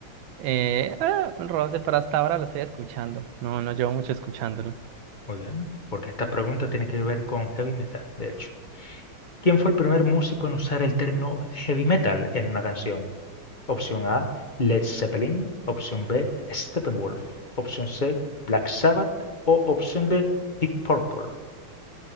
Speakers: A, on the right; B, on the left.
A: Eh, ah, un roce, pero hasta ahora lo estoy escuchando. No, no llevo mucho escuchándolo.
B: Muy bien, porque esta pregunta tiene que ver con heavy metal, de hecho. ¿Quién fue el primer músico en usar el término heavy metal en una canción? Opción A, Led Zeppelin. Opción B, Steppenwolf. Opción C, Black Sabbath. O opción D, Deep Purple.